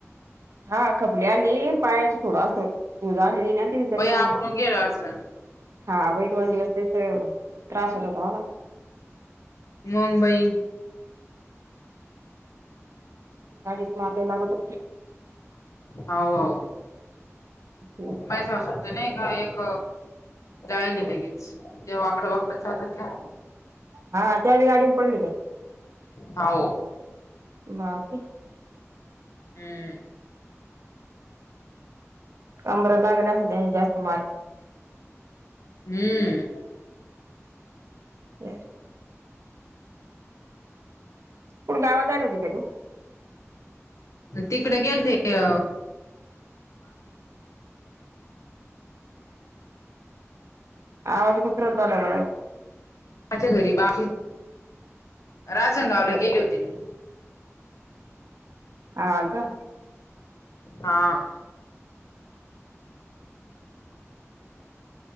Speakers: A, on the right; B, on the left.
A: हा खपली आली पायाच थोडसं सूज आलेली ना त त्याच्यामुळे
B: वय आकडून गेलं असं
A: हा वै दवन दिवसच त्रास होत त म्हाला
B: मंग बाई
A: गाडीच मार लई लागत
B: हाव, हाव
A: हो
B: नाही का एक जायला लगेच ते वाकडं, वाकडं चालतं
A: हा त्या गाडीवरून पडली होते
B: हाव
A: बापे
B: हम्म
A: कंबरला लाग अस जास्त मार
B: हम्म
A: हम्ा कोण गावात जायला होतीस काय तू
B: तिकडे गेल ते अ
A: आवाज कितर दडा ब लागे <unintelligible>
B: माझ्या घरी बा राजणगावला गेले होते मी.
A: हा का
B: हा